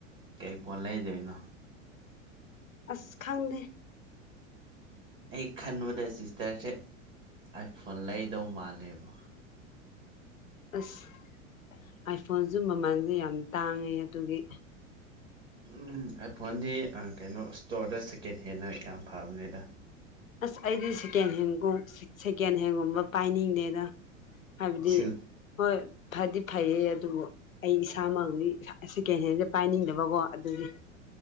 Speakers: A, on the right (about 30°); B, on the left (about 80°).
A: ꯀꯩ ꯐꯣꯟ ꯂꯩꯗꯣꯏꯅꯣ
B: ꯑꯁ ꯈꯪꯗꯦ
A: ꯑꯩ ꯈꯟꯕꯗ ꯁꯤꯁꯇꯔꯁꯦ ꯑꯥꯏꯐꯣꯟ ꯂꯩꯗꯧ ꯃꯥꯜꯂꯦꯕꯨ
B: ꯑꯁ ꯑꯥꯏꯐꯣꯟꯁꯨ ꯃꯃꯜꯗꯤ ꯌꯥꯝ ꯇꯥꯡꯉꯦ ꯑꯗꯨꯒꯤ
A: ꯎꯝ ꯑꯥꯏꯐꯣꯟꯗꯤ ꯑ ꯀꯩꯅꯣ ꯏꯁꯇꯣꯔꯗ ꯁꯦꯀꯦꯟ ꯍꯦꯟꯅ ꯌꯥꯝ ꯐꯕꯅꯤꯗ
B: ꯑꯁ ꯑꯩꯗꯤ ꯁꯦꯀꯦꯟ ꯍꯦꯟꯒꯨꯝ ꯁꯦꯀꯦꯟ ꯍꯦꯟꯒꯨꯝꯕ ꯄꯥꯏꯅꯤꯡꯗꯦꯗ ꯍꯥꯏꯕꯗꯤ
A: ꯁꯤꯜ
B: ꯍꯣꯏ ꯐꯗꯤ ꯐꯩꯌꯦ ꯑꯗꯨꯕꯨ ꯑꯩ ꯏꯁꯥꯃꯛꯅꯤ ꯁꯦꯀꯦꯟ ꯍꯦꯟꯁꯦ ꯄꯥꯏꯅꯤꯡꯗꯕꯀꯣ ꯑꯗꯨꯒꯤ